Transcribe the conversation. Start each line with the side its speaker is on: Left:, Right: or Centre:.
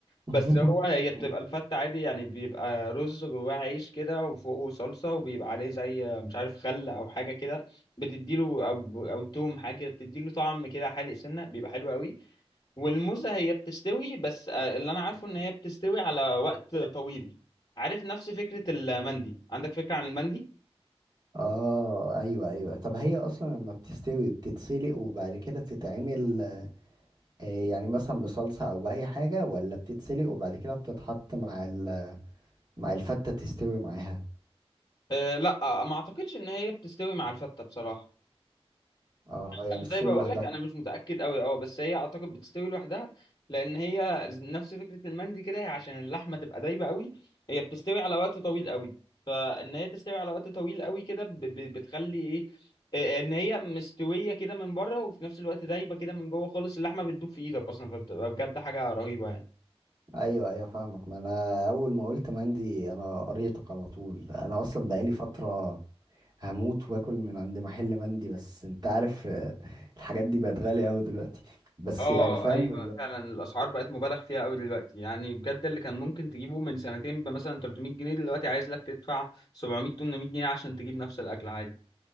Right: <laughs>
Left: بس هو هي بتبقى الفته عادي يعني بيبقى رز جواه عيش كده وفوقه صلصه وبيبقى عليه زي مش عارف خل او حاجه كده بتديله او او توم حاجه كده بتديله طعم كده حادق سنه بيبقى حلو قوي والموزه هي بتستوي بس آه، اللي انا عارفه ان هي بتستوي على وقت طويل عارف نفس فكره المندي عندك فكره عن المندي
Right: اه ايوه ايوه طب هي اصلا لما بتستوي بتتسلق وبعد كده تتعمل آه، يعني مثلا بصلصة او بأي حاجة ولا بتتسلق وبعد كده بتتحط مع ال... مع الفتة تستوي معاها
Left: أه لا آه، ما اعتقدش ان هي بتستوي مع الفتة بصراحة
Right: اه يعني
Left: انا
Right: بتستوي
Left: زي ما بقول
Right: لوحدها
Left: لك انا مش متأكد قوي اه بس هي اعتقد بتستوي لوحدها لان هي نفس فكرة المندي كده هي عشان اللحمة تبقى دايبة قوي هي بتستوي على وقت طويل قوي فان هي تستوي على وقت طويل قوي كده ب- ب- بتخلي ايه آه، ان هي مستوية كده من بره وفي نفس الوقت دايبة كده من جوه خالص اللحمة بتدوب في ايدك اصلا فبتبقى بجد حاجة رهيبة يعني
Right: ايوه ايوه فاهمك ما انا اول ما قلت مندي انا قريتك على طول انا اصلا بقالي فترة هموت واكل من عند محل مندي بس انت عارف آه، الحاجات دي بقت غالية اوي دلوقتي بس
Left: اه
Right: يعني فاهم
Left: ايوه فعلا الاسعار بقت مبالغ فيها قوي دلوقتي يعني بجد اللي كان ممكن تجيبه من سنتين بمثلا 300 جنيه دلوقتي عايز لك تدفع 700 800 جنيه عشان تجيب نفس الاكل عادي